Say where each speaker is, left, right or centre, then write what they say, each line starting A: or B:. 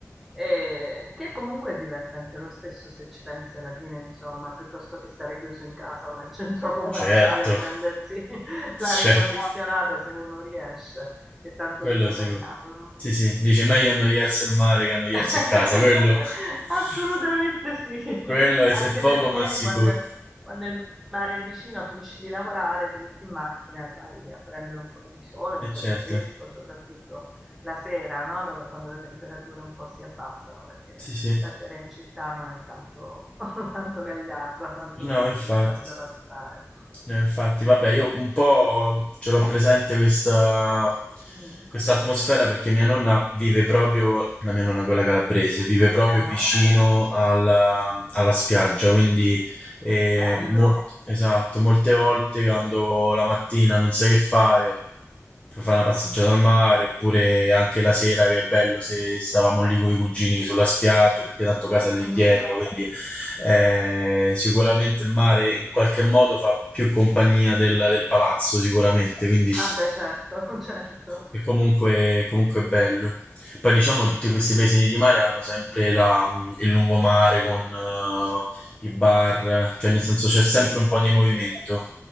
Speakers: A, in the centre; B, on the left.
A: E- che comunque è divertente lo stesso se ci pensi alla fine, insomma, piuttosto che stare chiuso in casa o nel centro commerciale
B: Certo,
A: a prendersi
B: <laughs>
A: <laughs> l'aria
B: certo,
A: condizionata se uno riesce, che tanto
B: quello
A: di guadagnato,
B: sicuro.
A: no?
B: Sì, sì, dice meglio annoiarsi al mare che annoiarsi
A: <laughs>
B: a casa, quello, <laughs>
A: Assolutamente sì,
B: quello è,
A: anche
B: è poco
A: perché
B: ma sicuro,
A: quando, quando il mare è vicino finisci di lavorare, ti metti in macchina e vai a prendere un po' di sole, un
B: e
A: po'
B: certo,
A: di fresco, soprattutto la sera, no? Dove- quando le temperature un po' si abbassano, perché
B: sì, sì,
A: la sera in città non è tanto, <laughs> tanto gagliarda, tanto
B: no,
A: semplice
B: infatti.
A: da, da passare.
B: Eh, Infatti, vabbè, io un po' ce l'ho presente questa,
A: Mm.
B: questa atmosfera perché mia nonna vive proprio, la mia nonna quella calabrese, vive proprio
A: Ah,
B: vicino alla, alla spiaggia, quindi eh,
A: Bello.
B: mol- esatto, molte volte quando la mattina non sai che fare, per fare una passeggiata al mare, oppure anche la sera che è bello se stavamo lì con i cugini sulla spiaggia, perché tanto casa è lì
A: Mhm.
B: dietro, quindi eh, sicuramente il mare in qualche modo fa più compagnia del, del palazzo, sicuramente, quindi
A: Ah beh, certo, <laughs> certo.
B: è comunque, comunque bello. Poi diciamo che tutti questi paesini di mare hanno sempre la- il lungomare con eh, i bar, cioè nel senso c'è sempre
A: Sì,
B: un po' di
A: sì,
B: movimento.
A: sì.